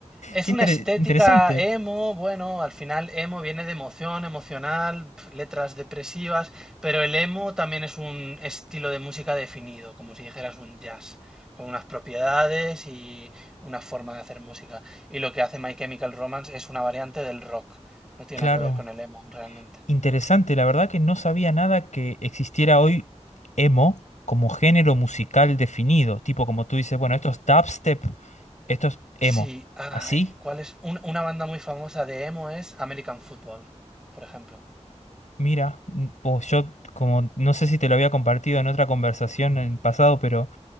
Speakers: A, in the centre; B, on the left (about 85°).
A: Es
B: qué
A: una
B: inter-
A: estética
B: interesante.
A: emo, bueno, al final emo viene de emoción, emocional, pf, letras depresivas, pero el emo también es un estilo de música definido, como si dijeras un jazz, con unas propiedades y una forma de hacer música. Y lo que hace My Chemical Romance es una variante del rock, no tiene
B: Claro.
A: nada que ver con el emo realmente.
B: Interesante, la verdad que no sabía nada que existiera hoy emo como género musical definido, tipo como tú dices, bueno, esto es dubstep, esto es emo.
A: Sí, ay,
B: ¿Así?
A: ¿cuál es? Un- una banda muy famosa de emo es American Football, por ejemplo.
B: Mira, mm, pues yo como no sé si te lo había compartido en otra conversación en el pasado, pero